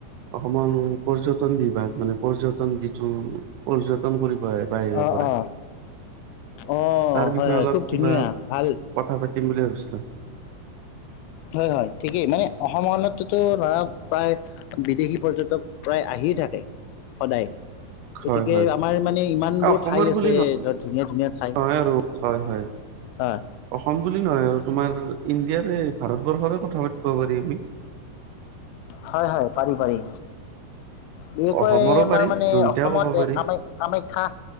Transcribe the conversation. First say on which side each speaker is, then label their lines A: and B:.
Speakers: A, on the right; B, on the left.
A: অসমৰ পৰ্যটন বিভাগ মানে পৰ্যটন যিটো পৰ্যটন হয় বাহিৰৰ
B: অ
A: পৰাই।
B: অ অ
A: তাৰ বিষয়ে
B: হয় হয়
A: অলপ
B: খুব ধুনীয়া
A: কিবা
B: ভাল
A: কথা পাতিম বুলি ভাবিছো। <inaudible>
B: হয় হয় ঠিকেই মানে অসমতো ধৰা প্ৰায় বিদেশী পৰ্যটক প্ৰায় আহি আহি থাকে সদায়। গতিকে
A: হয় হয়
B: আমাৰ মানে ইমান বোৰ
A: অসমৰ
B: ঠাই আছে
A: বুলি
B: ধৰ ধুনীয়া ধুনীয়া ঠাই।
A: নহয় আৰু হয় হয়
B: হয়
A: অসম বুলি নহয় আৰু তোমাৰ ইণ্ডিয়াৰে ভাৰতবৰ্ষৰে কথা পাতিব পাৰিব।
B: হয় হয় পাৰি পাৰি। বিশেষকৈ
A: অসমৰো
B: আমাৰ
A: পাৰি
B: মানে
A: দুয়োটা
B: অসমত
A: ক'ব পাৰি
B: এ কামা কামাখ্যা